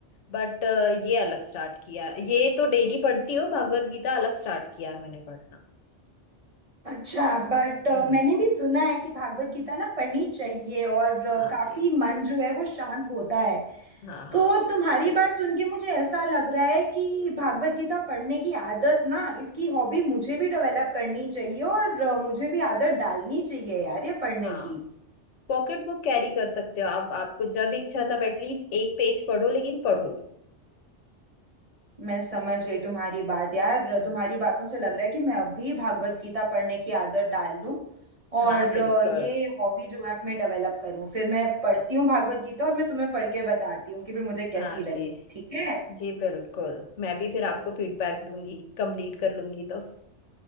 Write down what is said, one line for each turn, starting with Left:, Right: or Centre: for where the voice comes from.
Left: बट ये अलग स्टार्ट किया ये तो डेली पढ़ती हो भागवत गीता अलग स्टार्ट किया है मैंने पढ़ना
Right: अच्छा बट
Left: हम्म
Right: मैंने भी सुना है कि भागवत गीता ना पढ़नी चाहिए और अ,
Left: हाँ
Right: काफी
Left: जी
Right: मन जो है वो शांत होता है
Left: हाँ हाँ
Right: तो तुम्हारी बात सुन के मुझे ऐसा लग रहा है कि भागवत गीता पढ़ने की आदत ना इसकी हॉबी मुझे भी डेवलप करनी चाहिए और अ, मुझे भी आदत डालनी चाहिए यार ये पढ़ने
Left: हाँ
Right: की
Left: पॉकेट बुक कैरी कर सकते हो आप आपको जब इच्छा तब एटलीस्ट एक पेज पढ़ो लेकिन पढ़ो
Right: मैं समझ गई तुम्हारी बात यार तुम्हारी
Left: हाँ जी
Right: बातों से लग रहा है कि मैं अब भी भागवत गीता पढ़ने की आदत डाल लूं और
Left: हाँ बिल्कुल
Right: अ, ये हॉबी जो है मैं डेवलप करूं फिर मैं पढ़ती हूँ भागवत गीता और मैं तुम्हें पढ़ के बताती हूँ कि फिर मुझे
Left: हाँ
Right: कैसी लगी
Left: जी
Right: ठीक है
Left: जी बिल्कुल मैं भी फिर आपको फीडबैक दूंगी कंप्लीट कर लूंगी तो